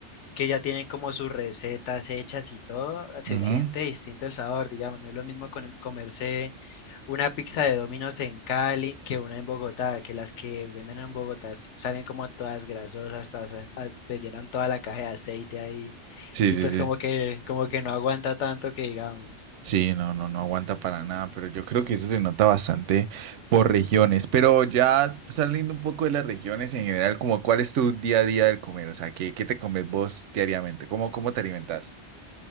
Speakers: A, on the left; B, on the right.
A: que ya tienen como sus recetas hechas y todo, se
B: Ujú.
A: siente distinto el sabor, digamos, no es lo mismo con- comerse una pizza de Domino's en Cali que una en Bogotá, que las que venden en Bogotá salen como todas grasosas, todas, a- a- te llenan toda la caja de aceite ahí.
B: Sí,
A: y
B: sí,
A: pues
B: sí.
A: como que, como que no aguanta tanto que digamos.
B: Sí, no, no, no aguanta para nada, pero yo creo que eso se nota bastante por regiones. Pero ya saliendo un poco de las regiones en general, como cuál es tu día a día del comer, o sea, ¿qué, qué te comes vos diariamente? ¿Cómo, cómo te alimentas?